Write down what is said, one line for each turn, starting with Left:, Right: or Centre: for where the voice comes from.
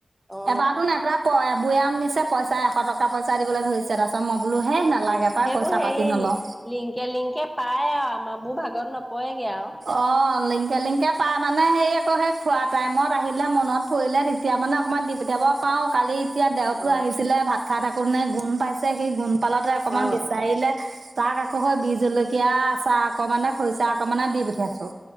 Centre: অ
Right: এবাতোন এটা ব বয়াম নিচে পইচা এশ টকা পইচা দিবলৈ ধৰিছে তাৰপিছত মই বোলো হেই নালাগে
Centre: অ
Right: পাই
Centre: সেইবোৰ
Right: পইচা
Centre: হেৰি
Right: পাতি নলওঁ
Centre: লিংকে লিংকে পাই আও আমা বো ভাগত নপৰেগে আৱ
Right: অ' লিংকে লিংকে পাই মানে সেই আক সেই খোৱা টাইমত আহি লে, মনত পৰিলে তেতিয়া মানে অকমান দি পঠিয়াব পাওঁ। কালি এতিয়া দেওতো
Centre: অ
Right: আহিছিলে ভাত খাই থাকো কোনে গুণ পাইছে সেই গুণ পালতে অকমান
Centre: অ
Right: বিচাৰিলে তাক আকৌ সই বিজলকীয়া আছা অকমানে, খৰিচা অকমানে দি পঠিয়াইছো